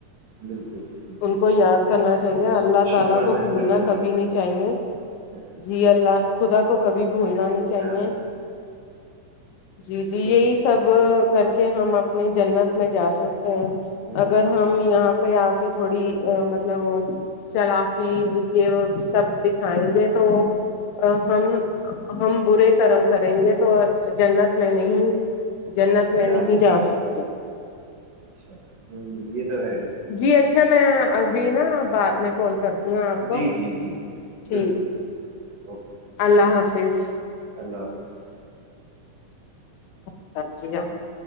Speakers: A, on the right; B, on the left.
A: بالکل بالکل
B: ان کو یاد کرنا چاہیے
A: بس
B: اللہ
A: شکرانہ
B: تعالی کو بھولنا
A: کرنا چاہیے
B: کبھی نہیں چاہیے
A: <inaudible>
B: جی اللہ خدا کو کبھی بھولنا نہیں چاہیے
A: ہاں
B: جی جی
A: خود
B: یہی سب کر کے ہم اپنی جنت میں جا سکتے ہیں
A: ہ
B: اگر ہم یہاں پہ آ کے تھوڑی مطلب چلاکی یہ سب دکھائیں گے تو ہم ہم برے کرم کریں گے تو جنت میں نہیں جنت میں
A: جا
B: نہیں
A: سکے
B: سکتے
A: اچھا ہمم یہ تو ہے
B: جی اچھا میں ابھی نا بعد میں کال کرتی آپ
A: جی
B: کو
A: جی جی
B: ٹھیک
A: بالکل اوکے
B: اللہ حافظ
A: اللہ حافظ
B: <unintelligible>